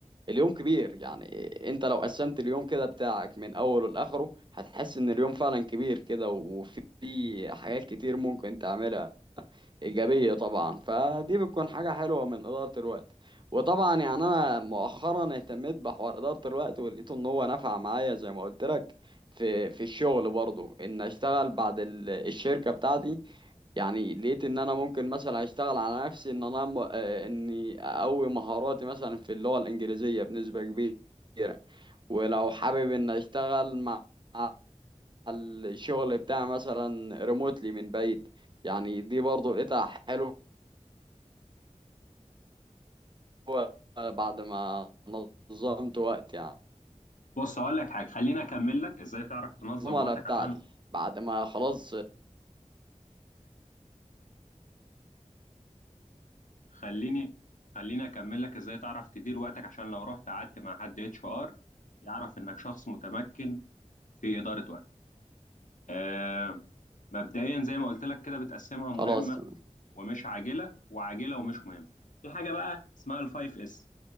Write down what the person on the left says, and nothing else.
بص هقول لك حاجه خليني اكمل لك ازاي تعرف تنظم
وقتك
عشان
خليني خليني اكمل لك ازاي تعرف تدير وقتك عشان لو رحت قعدت مع حد اتش ار يعرف انك شخص متمكن في اداره وقتك آه، مبدئيا زي ما قلت لك كده بتقسمها
مهمه
ومش عاجله وعاجله ومش مهمه في حاجه بقى اسمها الفايف اس